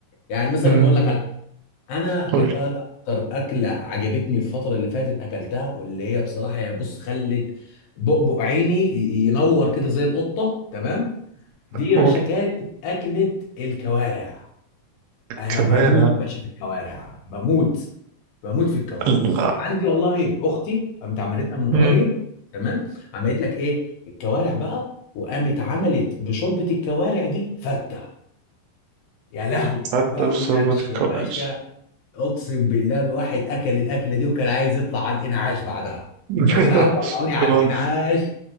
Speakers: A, on the left; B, on the right.
A: يعني مثلا
B: مم.
A: اقول لك على انا كانت
B: قول لي
A: اكتر اكله عجبتني الفتره اللي فاتت اكلتها واللي هي بصراحه يعني بص خلت بؤبؤ عيني ي- ينور كده زي القطه تمام دي
B: <laughs>
A: يا
B: قول
A: باشا كانت اكله الكوارع انا
B: كوارع
A: بموت يا باشا في الكوارع بموت بموت في الكوارع
B: لا
A: عندي اه والله اختي قامت عملتها من
B: مم.
A: قريب تمام عملت لك ايه الكوارع بقى وقامت عملت بشوربه الكوارع دي فته يا لهوي
B: حتى
A: ما اقولكش
B: في شوربة الكوارع
A: يا باشا اقسم بالله الواحد اكل الاكله دي وكان عايز يطلع على الانعاش بعدها
B: <laughs>
A: يا جدعان طلعوني على
B: شكرا
A: الانعاش